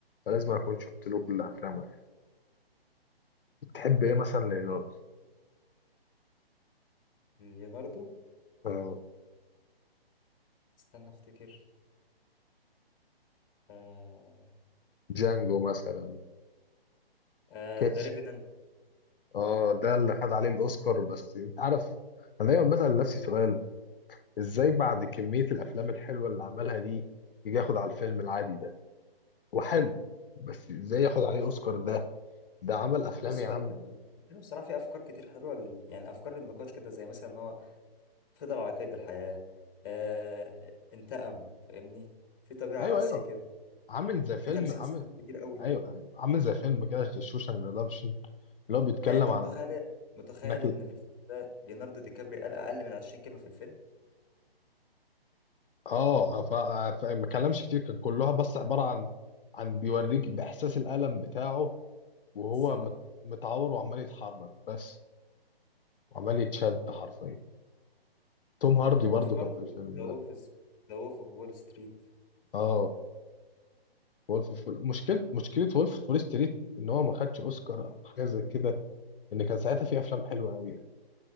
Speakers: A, on the left (about 60°); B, on the left (about 20°).
A: فلازم اكون شفت له كل افلامه يعني بتحب ايه مثلا ليوناردو
B: ليوناردو
A: آه
B: استنى افتكر آه
A: جانجو مثلا
B: آه
A: كاتش
B: ذا ريفينانت
A: اه ده اللي خد عليه الاوسكار بس انت عارف انا دايما بسأل نفسي سؤال ازاي بعد كمية الافلام الحلوة اللي عملها دي يجي ياخد على الفيلم العادي ده وحلو بس ازاي ياخد عليه اوسكار ده ده عمل افلام
B: بص
A: يا
B: هو
A: عم
B: الفيلم الفيلم بصراحه فيه افكار كتير حلوه لل... يعني افكار للنقاش كده زي مثلا ان هو فضل على قيد الحياه آه انتقم فاهمني في طبيعه
A: ايوه
B: قاسيه
A: ايوه
B: كده
A: عامل زي فيلم
B: في تمثيل
A: عامل
B: صامت كتير قوي
A: ايوه ايوه عامل زي فيلم كده شوشانك ريدمشن اللي هو بيتكلم
B: يعني انت
A: على
B: متخيل متخيل
A: انك اه
B: ان في الفيلم ده ليوناردو دي كابري قال اقل من 20 كلمه في الفيلم
A: آه، ف... آه، ف... ما اتكلمش كتير كان كلها بس عباره عن عن بيوريك باحساس الالم بتاعه وهو
B: بس
A: مت... متعور وعمال يتحرك بس وعمال يتشد حرفيا توم هاردي برضو
B: وفي برضه
A: كان في الفيلم
B: ذا وولف
A: ده
B: ذا وولف اوف وول ستريت
A: اه وولف فول... مشكله مشكله وولف فول ستريت ان هو ما خدش اوسكار او حاجه زي كده ان كان ساعتها في افلام حلوه قوي يعني.